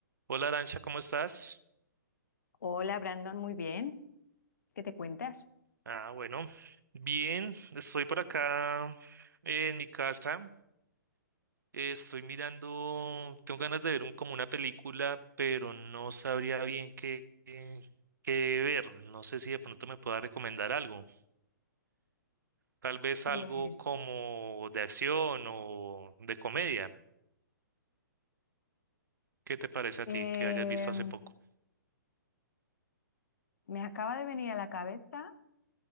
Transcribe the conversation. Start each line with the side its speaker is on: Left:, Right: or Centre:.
Right: Hola Arancha, ¿cómo estás?
Left: Hola Brandon, muy bien. ¿Qué te cuentas?
Right: Ah, bueno, bien, estoy por acá eh, en mi casa. eh, estoy mirando, tengo ganas de ver un- como una película, pero no sabría bien qué, qué, qué ver. No sé si de pronto me pueda recomendar algo. Tal vez
Left: Pues
Right: algo como de acción o de comedia. ¿Qué te parece a
Left: eh,
Right: ti que hayas visto hace poco?
Left: me acaba de venir a la cabeza